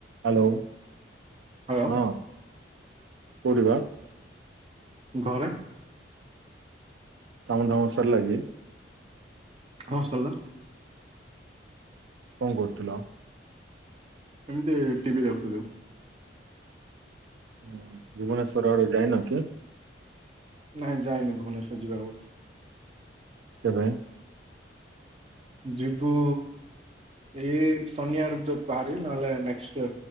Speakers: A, on the right; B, on the right.
A: Hello
B: hello
A: ହଁ କୋଉଠି ବା
B: ଘରେ
A: କାମ ଧାମ ସରିଲା ଯେ
B: ହଁ ସରିଲା।
A: କଣ କରୁଥିଲ?
B: ଏମିତି ଟିଭି ଦେଖୁଥିଲୁ।
A: ହୁଁ ଭୁବନେଶ୍ୱର ଆଡେ ଯାଇନ କି?
B: ନାଇଁ ଯାଇନି ଭୁବନେଶ୍ବର ଯିବା। <inaudible>
A: କେବେ?
B: ଜିବୁ। ଏଇ ଶନିବାର ଯଦି ବାହାରିବି ନହେଲେ ନେକ୍ସଟ